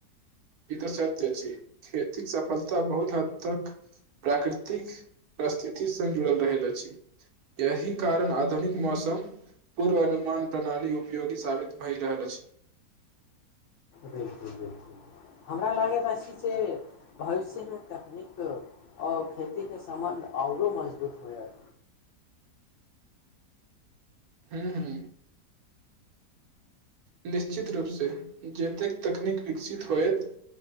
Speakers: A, on the right; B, on the left.
A: ई त सत्य अछि खेतीक सफलता बहुत हद तक प्राकृतिक परिस्थितिसँ जुड़ल रहल अछि एहि कारण आधुनिक मौसम पूर्वानुमान प्रणाली उपयोगी साबित भए रहल अछि
B: बिलकुल बिल्कुल हमरा लागैत अछि जे भविष्यमे तकनीक आओर खेतीके सम्बन्ध आउरो मजबूत होयत
A: हूं हूं निश्चित रूपसँ जतेक तकनीक विकसित होयत